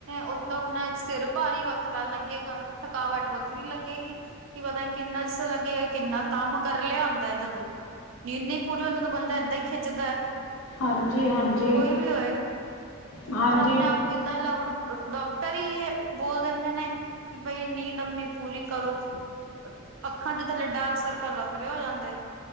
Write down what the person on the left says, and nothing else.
ਹਾਂਜੀ ਹਾਂਜੀ
ਹਾਂਜੀ